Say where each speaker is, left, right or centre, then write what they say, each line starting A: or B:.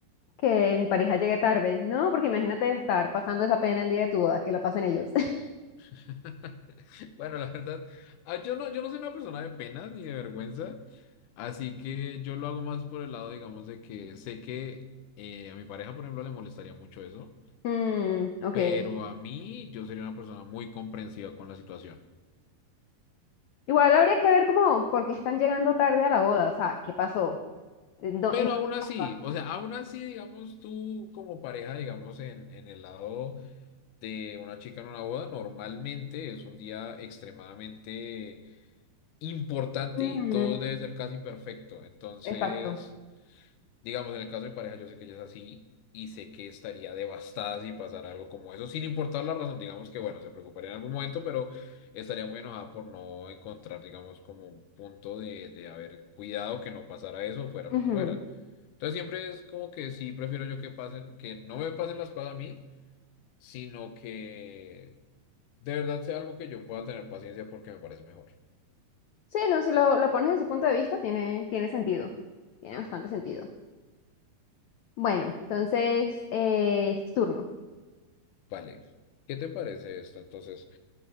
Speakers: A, on the left (about 80°); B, on the left (about 70°).
A: que mi pareja llegue tarde. No, porque imagínate estar pasando esa pena el día de tu boda, que la pasen ellos. <laughs>
B: <laughs> Bueno, la verdad, ah, yo no, yo no soy una persona de penas ni de vergüenza, así que yo lo hago más por el lado, digamos, de que sé que eh, a mi pareja, por ejemplo, le molestaría mucho eso,
A: Mm, ok.
B: pero a mí yo sería una persona muy comprensiva con la situación.
A: Igual habría que ver cómo, por qué están llegando tarde a la boda. O sea, ¿qué pasó? ¿En dó-
B: Pero
A: en dónde
B: aún así,
A: estaban?
B: o sea, aún así, digamos, tú como pareja, digamos, en, en el lado de una chica en una boda, normalmente es un día extremadamente importante
A: Ujú,
B: y todo debe ser casi perfecto. Entonces,
A: Exacto.
B: digamos, en el caso de mi pareja, yo sé que ella es así y sé que estaría devastada si pasara algo como eso, sin importar la razón, digamos que, bueno, se preocuparía en algún momento, pero estaría muy enojada por no encontrar, digamos, como un punto de, de haber cuidado que no pasara eso, fuera lo
A: Ujú.
B: que fuera. Entonces siempre es como que sí prefiero yo que pasen, que no me pasen las cosas a mí, sino que de verdad sea algo que yo pueda tener paciencia porque me parece mejor.
A: Sí, no, si lo, lo pones desde ese punto de vista, tiene, tiene sentido. Tiene bastante sentido. Bueno, entonces eh, es tu turno.
B: Vale, ¿qué te parece esto? Entonces,